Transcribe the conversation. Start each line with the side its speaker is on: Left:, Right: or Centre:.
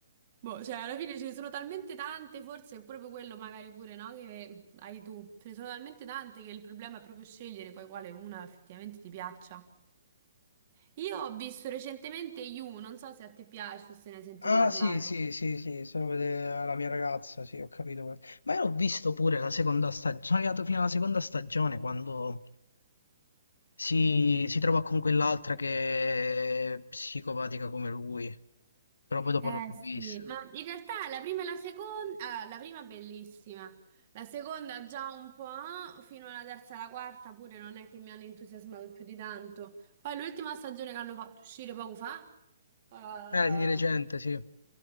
Right: Boh, cioè, alla fine ce ne sono talmente tante, forse è proprio quello magari pure, no? Che hai tu. Ce ne sono talmente tante che il problema è proprio scegliere poi quale una effettivamente ti piaccia. Io ho visto recentemente You, non so se a te piace o se ne hai sentito
Left: Ah,
Right: parlare.
Left: sì, sì, sì, sì, se lo vede la mia ragazza, sì, ho capito. Ma io l'ho visto pure la seconda stagione, sono arrivato fino alla seconda stagione quando... si, si trova con quell'altra che è psicopatica come lui, però poi dopo
Right: Eh
Left: non l'ho
Right: sì,
Left: vista.
Right: ma in realtà la prima e la seconda, ah, la prima è bellissima, la seconda già un po', ah, fino alla terza e alla quarta pure non è che mi hanno entusiasmato più di tanto. Poi l'ultima stagione che hanno fatto uscire poco fa, ah,
Left: Eh, di recente, sì.